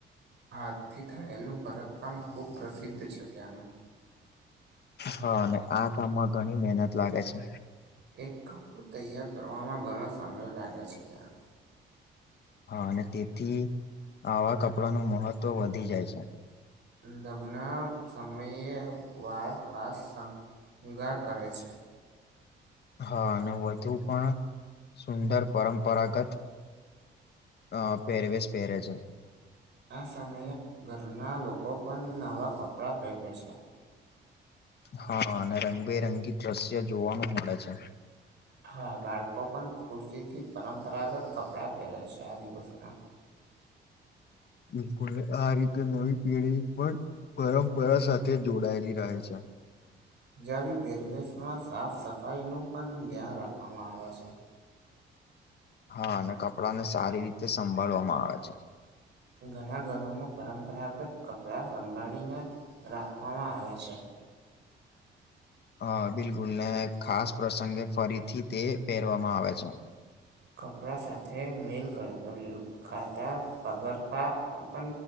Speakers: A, on the right (about 65°); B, on the left (about 55°).
A: હાથથી થયેલું ભરતકામ ખૂબ પ્રસિદ્ધ છે, ત્યાંનું
B: હા અને આ કામમાં ઘણી મહેનત લાગે છે.
A: એક કપડું તૈયાર કરવામાં ઘણો સમય લાગે છે, ત્યાં
B: હ અને તેથી આવા કપડાનું મહત્વ વધી જાય છે.
A: લગ્ન સમયે વાર ખાસ શંગાર કરે છે.
B: હ અને વધુ પણ સુંદર પરંપરાગત અ પેરવેસ પેરે છે.
A: આ સમયે ઘરના લોકો પન નવા કપડાં પહેરે છે.
B: હ અને રંગબેરંગી દ્રશ્ય જોવાનું મળે છે.
A: હા, બાળકો પણ ખુશી થી પરંપરાગત કપડા પહેરે છે, આ દિવસોમાં.
B: બિલકુલ, આ રીતે નવી પેઢી પણ પરંપરા સાથે જોડાયેલી રહે છે.
A: ઉજ પરવેશમાં સાફ સફાઈ નું પણ ધ્યાન રાખવામાં આવે છે.
B: હા, અને કપડાને સારી રીતે સંભાળવામાં આવે છે.
A: ઘણા ઘરોમાં પરંપરાગત કપડાં સંભાળીને રાખવામાં આવે છે.
B: હ, બિલકુલ ને, ખાસ પ્રસંગે ફરીથી તે પહેરવામાં આવે છે.
A: કપડા સાથે મિલ ખાતા પગરખા પણ